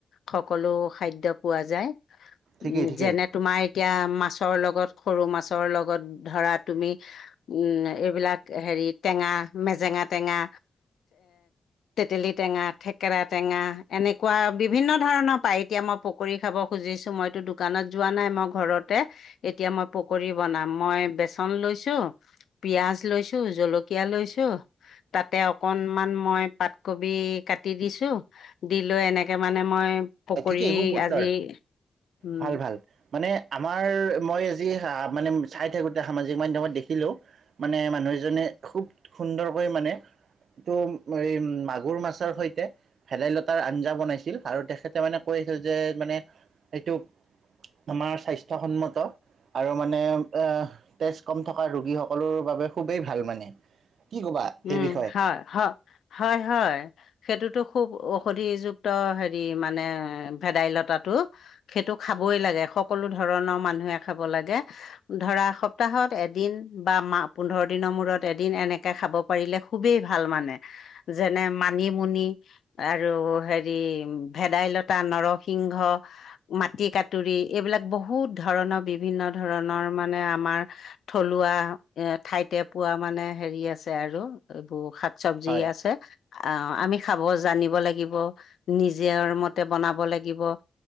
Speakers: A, on the left (about 80°); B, on the right (about 75°).
A: সকলো খাদ্য পোৱা যায়।
B: ঠিকেই
A: উম
B: ঠিকেই।
A: যেনে তোমাৰ এতিয়া মাছৰ লগত সৰু মাছৰ লগত ধৰা তুমি উম এইবিলাক হেৰি টেঙা, মেজেঙা টেঙা তেতেলী টেঙা, থেকেৰা টেঙা এনেকুৱা বিভিন্ন ধৰণৰ পাই এতিয়া মই প পকৰি খাব খুজিছোঁ মইতো দোকানত যোৱা নাই মই ঘৰতে এতিয়া মই পকৰী বনাম মই বেচন লৈছোঁ। পিয়াজ লৈছো, জলকীয়া লৈছোঁ। তাতে অকনমান মই পাতকবি কাটি দিছোঁ। দি লৈ এনেকে মানে মই পকৰি
B: ঠিকেই খুব সুন্দৰ
A: আজি উম।
B: ভাল ভাল মানে, আমাৰ মই আজি, মানে, চাই থাকোঁতে সামাজিক মাধ্যমত দেখিলোঁ। মানে, মানুহ এজনে খুউব সুন্দৰকৈ মানে, <unintelligible> মাগুৰ মাছৰ সৈতে, ভেদাইলতাৰ আঞ্জা বনাইছিল। আৰু তেখে তেখেতে মানে, কৈ আছিল যে, মানে, এইটো আমাৰ স্বাস্থ্যসন্মত। আৰু মানে, এ, তেজ কম থকা ৰোগীসকলৰ বাবে খুবেই ভাল মানে। কি ক'বা?
A: উম,
B: সেই বিষয়ে
A: হয়, হ, হয়, হয়! সেইটোতো খুউব ঔষধিযুক্ত! সেৰি মানে, ভেদাইলতাটো। সেইটো খাবই লাগে, সকলো ধৰণৰ মানুহে খাব লাগে। ধৰা, সপ্তাহত এদিন বা মাহ, পোন্ধৰ দিনৰ মূৰত এদিন, এনেকে খাব পাৰিলে খুবেই ভাল মানে! যেনে- মানিমুনি আৰু সেৰি, ভেদাইলতা, নৰসিংহ, মাটিকাতুৰি, এইবিলাক বহুত ধৰণৰ, বিভিন্ন ধৰণৰ মানে, আমাৰ থলুৱা, এ, ঠাইতে পোৱা মানে, সেৰি আছে। আছে আৰু। এইবোৰ, শাক-চবজি
B: হয়
A: আছে। অ'! আমি খাব জানিব লাগিব, নিজৰ মতে, বনাব লাগিব।